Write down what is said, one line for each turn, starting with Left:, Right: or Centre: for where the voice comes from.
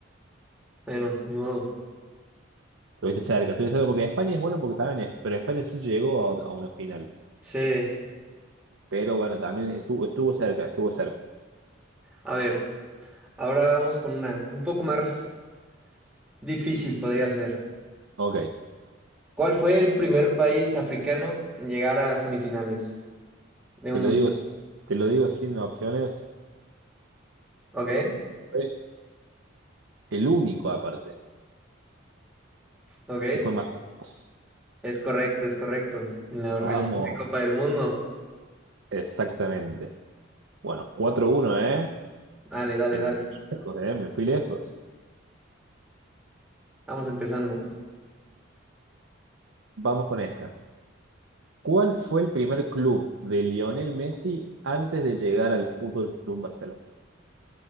Centre: Bueno, ni modo.
Right: Estuviste cerca, estuviste cerca porque España es bueno porque también es, pero España sí llegó a, a una final.
Centre: Sí.
Right: Pero bueno, también estuvo, estuvo cerca, estuvo cerca.
Centre: A ver, ahora vamos con una un poco más Difícil podría ser.
Right: Ok.
Centre: ¿Cuál fue el primer país africano en llegar a semifinales de
Right: Te
Centre: un
Right: lo
Centre: mundial?
Right: digo, te lo digo sin opciones.
Centre: Ok,
Right: Fue el único aparte.
Centre: ok.
Right: Y fue Marruecos.
Centre: Es correcto, es correcto. En la reciente
Right: Vamos,
Centre: Copa del Mundo.
Right: exactamente. Bueno, cuatro uno ¿eh?
Centre: Dale, dale,
Right: Te-
Centre: dale.
Right: me fui lejos, ¿eh? Me fui lejos.
Centre: Vamos empezando.
Right: Vamos con esta. ¿Cuál fue el primer club de Lionel Messi antes de llegar al Fútbol Club Barcelona?